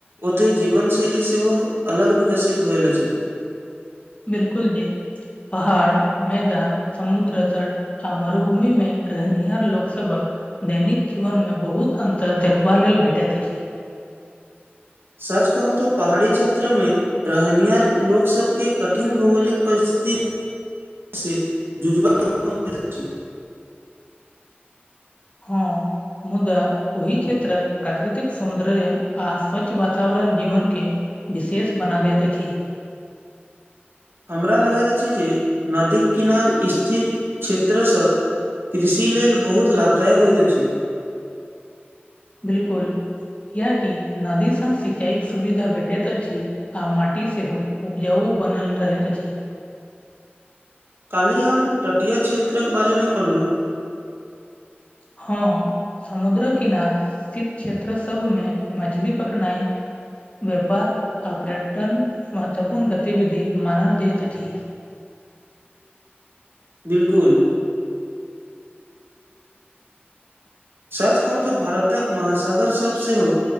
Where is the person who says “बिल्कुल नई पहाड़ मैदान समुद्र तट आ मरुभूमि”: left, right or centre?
Left